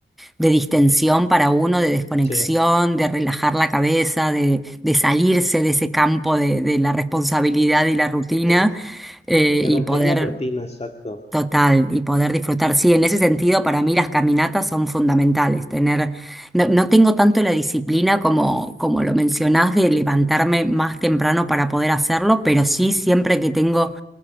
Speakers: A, in the centre; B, on the left.
A: de distensión para uno, de desconexión,
B: Sí. De,
A: de relajar la cabeza, de, de salirse de ese campo de, de la responsabilidad y la rutina
B: de-
A: eh,
B: de
A: y
B: romper
A: poder
B: la rutina, exacto.
A: total y poder disfrutar. Sí, en ese sentido para mí las caminatas son fundamentales. Tener, no, no tengo tanto la disciplina como, como lo mencionás de levantarme más temprano para poder hacerlo, pero sí siempre que tengo